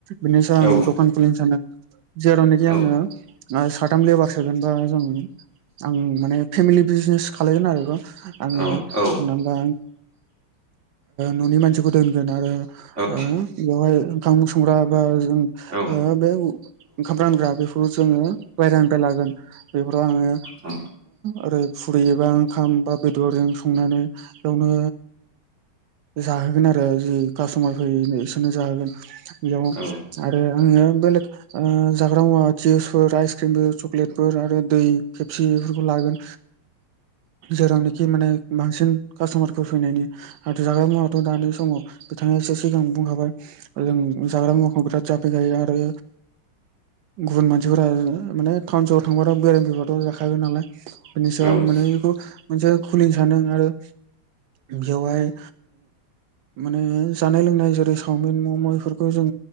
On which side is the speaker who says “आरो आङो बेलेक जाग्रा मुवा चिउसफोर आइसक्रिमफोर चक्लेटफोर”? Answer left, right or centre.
Right